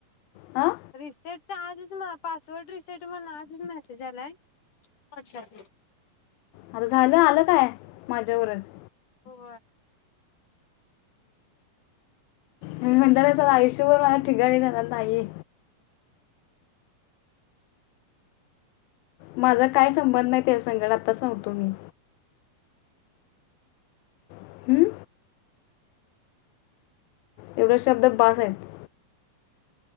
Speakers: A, on the left; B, on the left.
A: हां
B: <unintelligible> आजच पासवर्ड रिसेट म्हणून आजच मेसेज आलाय व्हट्सअप
A: आता झालं आलं काय माझ्यावरच
B: हो
A: हम् म्हणट रे चला आयुष्यभर माझ्या ठिकाणी झाला नाही माझा काय संबंध नाहीत या संगाण आता सांगतो मी हम्म? एवढा शब्द बास आहेत